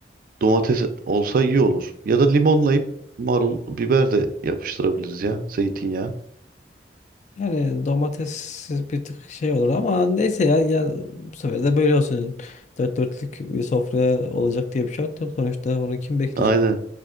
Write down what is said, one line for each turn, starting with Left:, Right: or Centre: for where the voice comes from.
Right: domates olsa iyi olur. Ya da limonlayıp marul, biber de yapıştırabiliriz ya. Zeytinyağı.
Left: Yani domates bir tık şey olur ama neyse ya, ya bu sefer de böyle olsun. Dört dörtlük bir sofraya olacak diye bir şart yok. Sonuçta onu kim bekleyecek?
Right: Aynen.